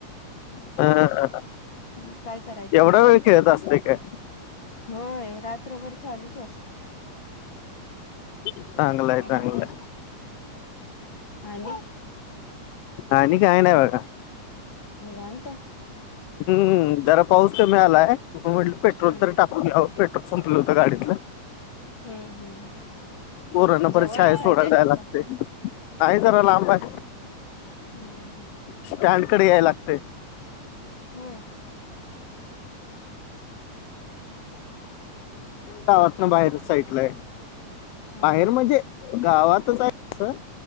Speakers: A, on the left (about 80°); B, on the left (about 40°).
A: <unintelligible>
B: मग काय करायचं?
A: एवढा वेळ खेळत असतय काय?
B: होय, रात्रभर चालूच असते.
A: चांगलाय
B: नाही
A: चांगलाय
B: अजून आणि
A: आणि काय नाही बघा.
B: निवांत.
A: हम् जरा पाऊस कमी आलाय, म, म्हटल पेट्रोल
B: हा
A: तर टाकून यावं, पेट्रोल संपलं होतं गाडीतलं.
B: हम्म हम्म
A: पोरांना
B: जवळच
A: परत शाळेत सोडायला
B: आहे काय
A: जायाय
B: तिथून
A: लागतय. नाही जरा लांब हाय.
B: हम्म, हम.
A: स्टँड कड याय लागतय.
B: व्हयं.
A: गावातन बाहेरच साइटला हाय.
B: हा
A: बाहेर म्हण, जे गावातच हाय अस.